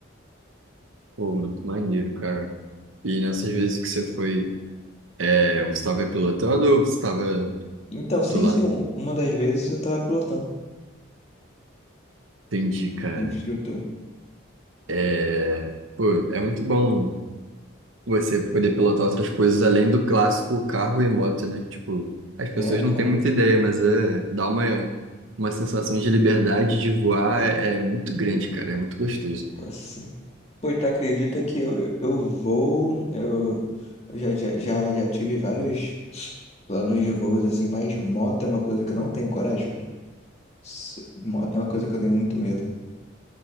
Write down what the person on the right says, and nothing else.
Pô, muito maneiro, cara. E nessas vezes que você foi, é, você estava pilotando ou você estava
do lado?
Entendi, cara.
É, pô, é muito bom você poder pilotar outras coisas além do clássico carro e moto, né? Tipo, as pessoas
não têm muita ideia, mas é, dá uma, uma sensação de liberdade de voar é, é muito grande, cara. É muito gostoso.